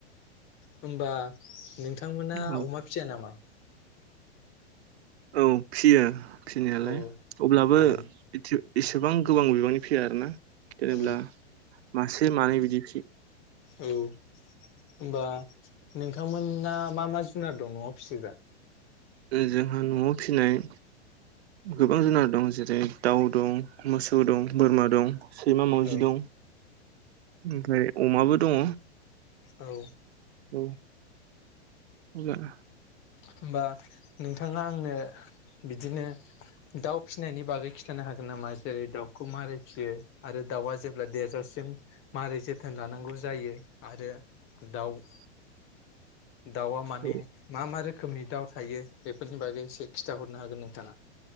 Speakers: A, on the left; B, on the right.
A: होमबा नोंथांमोना
B: औ
A: अमा फिया नामा?
B: औ फियो फिनायालाय
A: औ
B: अब्लाबो
A: औ
B: <unintelligible> एसेबां गोबां बिबांनि फिया आरोना जेनेब्ला
A: औ
B: मासे मानै बिदि
A: औ होमबा नोंथांमोना मा मा जुनार दं न आव फिसिग्रा?
B: जोंहा नआव फिनाय गोबां जुनार दं जेरै दाउ दं मोसौ दं बोरमा दं। सैमा मावाजि
A: औ
B: दं, ओमफ्राय अमाबो दङ।
A: औ
B: औ अब्ला
A: होम बा नोंथाङा आंनो बिदिनो दाउ फिसिनायनि बागै खिथानो हागोन नामा जेरै दाउखौ मारै फियो आरो दाउआ जेब्ला देरजाबसिम मारै जोथोन लानांगौ जायो आरो दाउ
B: <inaudible>
A: दाउ आ माने
B: औ
A: मा मा रो खोमनि दाउ थायो बेफोरनि बागै एसे खिथाहरनो हागोन नोंथाङा